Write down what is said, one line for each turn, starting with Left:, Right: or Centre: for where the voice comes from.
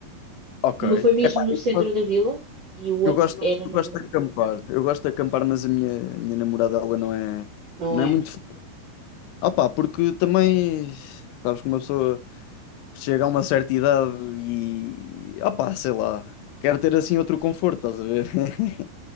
Left: Ok.
Right: Uma foi mesmo
Left: Epá,
Right: no
Left: eu
Right: centro
Left: gosto,
Right: da vila e o outro
Left: eu gosto
Right: era na
Left: eu gosto
Right: vila.
Left: de acampar. Eu gosto de acampar, mas a minha, a minha namorada, ela não é,
Right: Não
Left: não
Right: é?
Left: é muito. fã. Opá, porque também, sabes que uma pessoa chega a uma certa idade e, opa sei lá, quer ter assim outro conforto, estás a ver? <laughs>